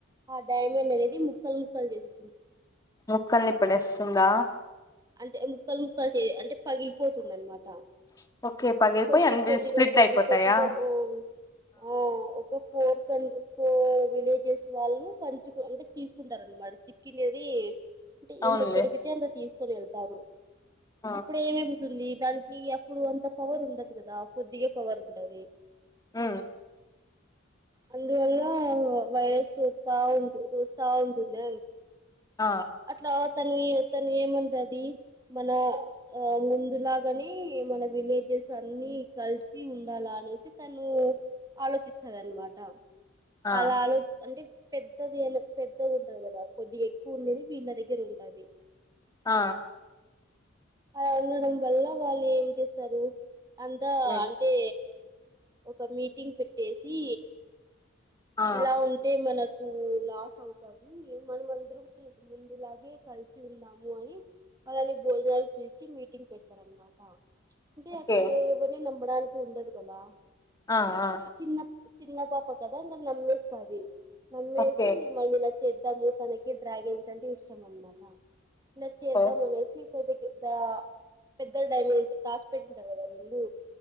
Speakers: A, on the right; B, on the left.
A: ఆ డైమండ్ అనేది ముక్కలు ముక్కలు చేసే
B: ముక్కల్ని ఇప్పుడుేస్తుందా
A: అంటే ముక్కలు ముక్కలు చే అంటే పగిలిపోతుంది అనమాట
B: <inaudible> పగిలిపోయి
A: కొద్ది
B: అన్ని
A: కొద్దిగా
B: స్ప్లిట్లు
A: కొద్ది
B: అయిపోతాయా
A: కొద్దిగా ఆ ఓ ఆ ఒక ఫోర్ క ఫోర్ విలేజెస్ వాళ్ళు పంచు అంటే తీసుకుంటారు అనమాట చికినీది అంట
B: అవునులే
A: ఎంత తొరుగితే అంత తీసు రు వెళ్తారు
B: ఆ
A: అప్పుడే ఏమ బతుంది దానికి ఎప్పుడు అంత పవర్ ఉండదు కదా కొద్దిగాే పవర్ ఉండది
B: ఉ
A: అందువల్ల వైరస్ సోపుతా ఉంటు చోస్తా ఉంటుంది
B: ఆ
A: అట్లా తను తను ఏమండది మన ఆ ము అందులాగానే మన విలేజెస్ అన్ని కలిసి ఉండాల అనేసి తను ఆలోచి వస్తునమాట
B: ఆ
A: అలా ఆలో అంటే పెద్దది అ పెద్దది ఉంటది కదా కొద్దిగా ఎక్కువ ఉన్నది మీ ఇన్న దగ్గర ఉంటది
B: ఆ
A: అలా ఉండడం వల్ల వాళ్ళు ఏం చేస్తారు అంతా
B: హ్మ్
A: అంటే ఒక మీటింగ్ పెట్టేసి
B: ఆ
A: ఇలా ఉంటే మనకు లాస్ అవుతది మనం అందరం ముందులాగే కలిసి ఉందాము అని అలాని భోజనాలు పిలిచి మీటింగ్ పెడతారు అనమాట అంటే
B: ఓకే
A: అక్కడ ఎవరిన అమ్మడానికి ఉండదు కదా
B: ఆ ఆ
A: చిన్న చిన్న పాప కదా నమ్మేస్తది నమ్మేసి
B: ఓకే
A: మళ్లీ ఇలా చెయ్ తము తనకి డ్రాగన్స్ అంటే ఇష్టం అనమాట చేద్దాం
B: ఓ
A: అనేసి పెద్ద పెద్ద పెద్ద డైమండ్ దాస్పేట ఉంటారు కదా వీళ్లు